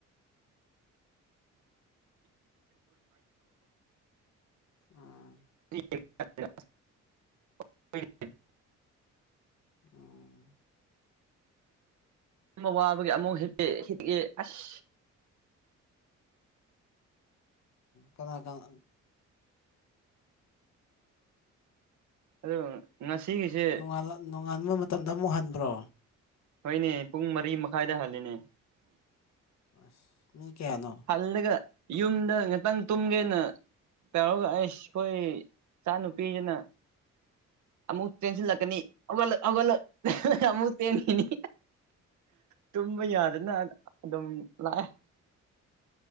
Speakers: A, on the left; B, on the right.
A: ꯎꯝ
B: <inaudible>
A: ꯎꯝ
B: ꯌꯥꯝ ꯋꯥꯕꯒꯤ ꯑꯃꯨꯛ ꯍꯤꯞꯄꯦ ꯍꯤꯠꯑꯦ ꯑꯁ
A: ꯀꯅꯥ ꯀꯅꯥ
B: ꯑꯗꯣ ꯉꯁꯤꯒꯤꯁꯦ
A: ꯅꯣꯡꯉꯥꯜꯂ ꯅꯣꯡꯉꯥꯟꯕ ꯃꯇꯝꯗ ꯑꯃꯨꯛ ꯍꯟꯕ꯭ꯔꯣ
B: ꯍꯣꯏꯅꯦ ꯄꯨꯡ ꯃꯔꯤ ꯃꯈꯥꯏꯗ ꯍꯜꯂꯤꯅꯦ
A: ꯑꯁ ꯀꯌꯥꯅꯣ
B: ꯍꯜꯂꯒ ꯌꯨꯝꯗ ꯉꯥꯛꯇꯪ ꯇꯨꯝꯒꯦꯅ ꯇꯧꯔꯒ ꯑꯩꯁ ꯑꯩꯈꯣꯏ ꯏꯆꯥ ꯅꯨꯨꯄꯤꯁꯤꯅ ꯑꯃꯨꯛ ꯇꯦꯟꯁꯤꯟꯂꯀꯅꯤ ꯍꯧꯒꯠꯂꯣ ꯍꯧꯒꯠꯂꯣ ꯑꯃꯨꯛ ꯇꯦꯟꯈꯤꯅꯤ ꯇꯨꯝꯕ ꯌꯥꯗꯅꯅ ꯑꯗꯨꯝ ꯂꯥꯛꯑꯦ